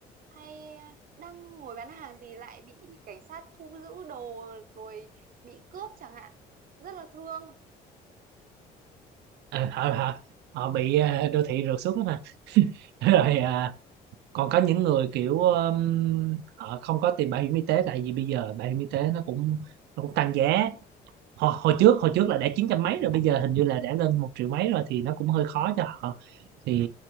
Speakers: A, on the right (about 55°); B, on the right (about 80°).
A: hay đang ngồi bán hàng thì lại bị cảnh sát thu giữ đồ rồi bị cướp chẳng hạn rất là thương
B: Ờ, họ họ họ bị ờ, đô thị rượt xuống đó mà <laughs> rồi à, còn có những người kiểu um, họ không có tiền bảo hiểm y tế tại vì bây giờ bảo hiểm y tế nó cũng nó cũng tăng giá hồi, hồi trước hồi trước là đã chín trăm mấy rồi bây giờ hình như là đã lên một triệu mấy rồi thì nó cũng hơi khó cho họ thì